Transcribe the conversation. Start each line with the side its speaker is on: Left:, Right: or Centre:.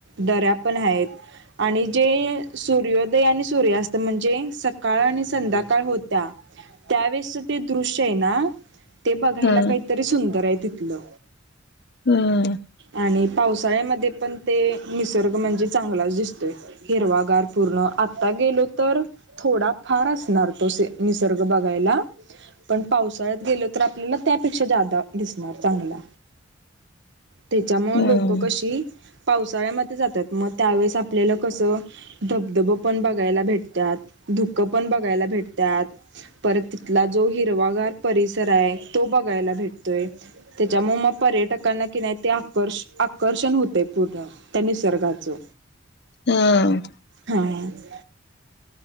Right: दऱ्या पण आहेत आणि जे सूर्योदय आणि सूर्यास्त म्हणजे सकाळ आणि संध्याकाळ होत्या त्यावेेळेसच ते दृश्य आहे ना ते बघायला
Left: हम्म
Right: काहीतरी सुंदर आहे तिथलं
Left: हम्म
Right: आणि पावसाळ्यामध्ये पण ते निसर्ग म्हणजे चांगलाच दिसतोय हिरवागार पूर्ण आत्ता गेलो तर थोडा फार असणार तो सीन निसर्ग बघायला पण पावसाळ्यात गेल तर आपल्याला त्यापेक्षा ज्यादा दिसणार चांगला त्याच्यामुळं
Left: हम्म
Right: लोकं कशी पावसाळ्यामध्ये जातात मग त्यावेेळेस आपल्याला कसं धबधब पण बघायला भेटत्यात धुकं पण बघायला भेटत्यात परत तिथला जो हिरवागार परिसर आहे तो बघायला भेटतोय तेच्यामुळे म पर्यटकांना की नाही ते आकर्ष आकर्षण होते पूर्ण त्या निसर्गाचं
Left: हम्
Right: हा